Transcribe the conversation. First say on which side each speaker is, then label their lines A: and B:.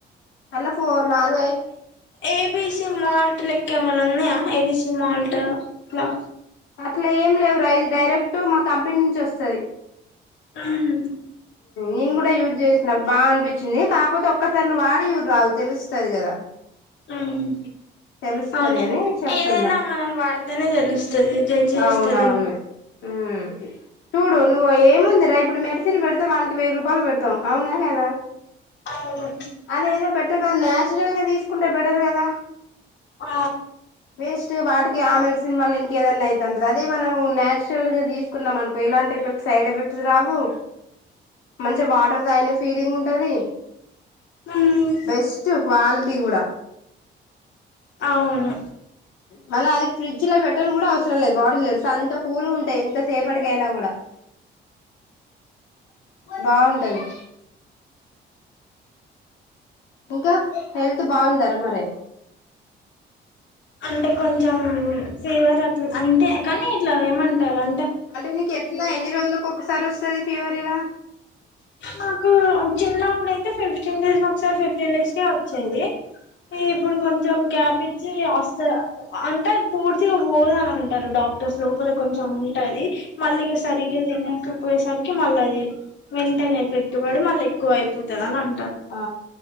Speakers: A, on the left (about 85°); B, on the left (about 65°).
A: మల్ల ఫో నాలుగయి
B: ఏబిసి మాల్ట్ లెక్క ఏమనా ఉన్నాయా ఏబిసి మాల్ట్ లా
A: అట్లా ఏం లేవురా ఇది డైరెక్ట్ మా కంపెనీ నుంచి వస్తది
B: ఉహు
A: నేను కూడా యూస్ చేసిన బాగా అనిపించింది కాకపోతే ఒక్కసారి నువ్వు వాడి చూడరాదు తెలుస్తది కదా
B: ఉమ్
A: తెలుస్తది
B: అవును
A: అని చెప్తున్నా
B: ఏదైనా మనం వాడితేనే తెలుస్తది జడ్జి చేస్త
A: అవునవును
B: <inaudible>
A: ఉమ్ చూడు నువ్వు ఏముందిరా ఇప్పుడు మెడిసిన్ పెడితే వానికి వెయ్యి రూపాయలు పెడతాం అవునా కదా
B: అవును
A: అది ఏదో బెట్టే బదులు నాచురల్ గా తీసుకుంటే బెటర్ కదా
B: ఆ
A: వేస్ట్ వాటికి ఆ మెడిసిన్ వల్ల ఇంక ఏదన్నా అయితంది అదే మనం న్యాచురల్ గా తీసుకు నం అనుకో ఎలాంటి ఎఫెక్ట్స్ సైడ్ ఎఫెక్ట్ రావు మంచి వాటర్ తాగిన ఫీలింగ్ ఉంటది
B: మ్మ్
A: బెస్ట్ క్వాలిటీ కూడా
B: అవును
A: మళ్ళ అది ఫ్రిడ్జ్ లో పెట్టన కూడా అవసరం లేదు బాటిల్ తెలుసా అంత కూల్ గా ఉంటాయి ఎంతసేపటి కయినా కూడా బాగుంటది ఇంకా హెల్త్ బాగుందారా మరి
B: అంటే కొంచెం ఫీవర్ అ అంతే కానీ ఇట్లా ఏమంటారు అం
A: అంటే నీకు ఎట్ల ఎన్ని రోజులకు ఒక్కసారి వస్తది ఫీవర్ ఇలా
B: నాకు చిన్నప్పుడయితే ఫిఫ్టీన్ డేస్ ఒకసారి ఫి ఫిఫ్టీన్ డేస్ కే వచ్చేది ఇప్పుడు కొంచెం గ్యాప్ ఇ వస్త అంటే పూర్తిగాపోదుఅని అంటారు డాక్టర్స్ లోపల కొంచం ఉంటది మళ్ళీగా సరిగ్గా తినకపోయేసరికి మళ్ళీ అది వెంటనే ఎఫెక్ట్ పడి మళ్ళీ ఎక్కువ అయిపోతది అని అం
A: ఆ